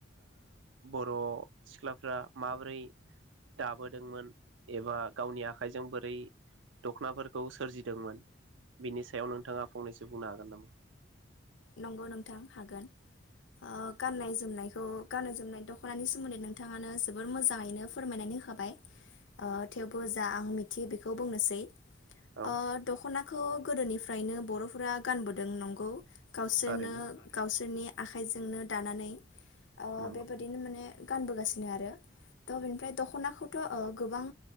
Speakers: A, on the right; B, on the left.
A: बर' सिख्लाफ्रा माबोरै दा दाबोदोंमोन एबा गावनि आखाइजों बोरै दख'नाफोरखौ सोरजिदोंमोन बिनि सायाव नोंथाङा फंनैसो बुंनो हागोन नामा?
B: नंगौ नोंथां हागोन ओ गाननाय जोमनायखौ गाननाय जोमनाय दख'नानि सोमोन्दै नोंथाङानो जोबोर मोजाङै नो फोरमायनानै होखाबाय ओ थेवबो जा आं मिथियो बेखौ बुंनोसै
A: औ
B: ओ दख'ना खौ गोदोनिफ्रायनो बर'फोरा गानबोदों नंगौ। गावसोरनो
A: थारैनो
B: गावसोरनि आखाइजोंनो दानानै ओ
A: नंगौ
B: बेबायदिनो माने गानबोगासिनो आरो। थ' बेनिफ्राय दख'नाखौथ' ओ गोबां